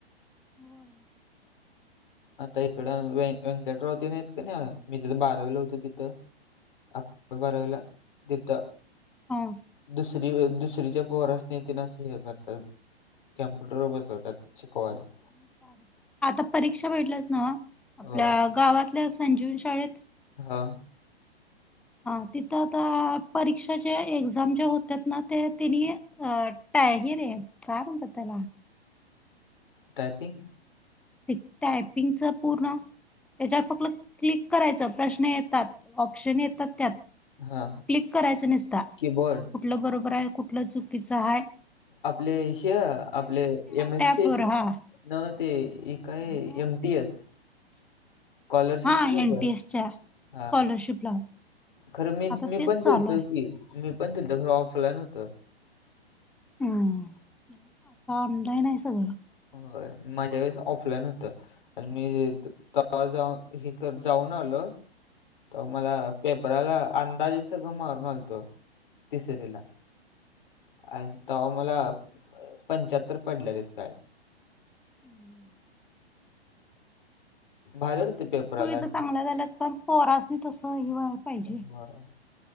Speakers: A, in the centre; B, on the left.
A: होय.
B: आता इकडं व्यंकटरावतेन आहेत की नाही मी तिथ बारावीला होतो तिथ अक -बारावीला तिथ.
A: हा.
B: दुसरी- दुसरीच्या पोरासनी तेन अस हे करत्यात. कॅम्प्युटर वर बसवतात शिकवायला.
A: <unintelligible> आता परीक्षा बघिटलास नव्ह आपल्या
B: होय
A: गावातल्या संजीवनी शाळेत.
B: हा.
A: हा तिथं आता परीक्षाच्या एक्झाम ज्या होत्याात ना ते तेनी, अ टा हि रे, काय म्हणतात त्याला?
B: टायपिंग.
A: ते टायपिंगचं पूर्ण. त्याच्यावर फक्त क्लिक करायचं प्रश्न येतात ऑप्शन येतात त्यात.
B: हा
A: क्लिक करायचं निसता
B: कीबोर्ड
A: कुठलं बरोबर आहे, कुठलं चुकीचं आहे.
B: आपले हे आपले एम
A: टॅपवर
B: एस स
A: हां.
B: नव्ह ते इ काय
A: नाही नाही.
B: M T S. स्कॉलरशिपचे
A: हां,
B: पेपर,
A: एन टी एसच्या स्कॉलरशिपला.
B: हा. खरं मी
A: आता
B: -मी
A: तेच
B: पण
A: चालू
B: दिलतो
A: आहे.
B: की मी पण दिलतो खरं ऑफलाईन होत.
A: हम्म आता ऑनलाईन हाय सगळं.
B: होय, माझ्या वेळेस ऑफलाईन होतं. आणि मी- तवा जावून ही तर जाऊन आलो तवा मला पेपराला अंदाजच च मारून आलतो, तिसरीला. आणि तव्हा मला पंच्याहत्तर पडल्यालीत काय.
A: <unintelligible>
B: भारी होते पेपराला
A: सुविधा
B: असं
A: चांगल्या झाल्यात पण पोरासनी तस हे व्हाय पाहिजे.
B: होय.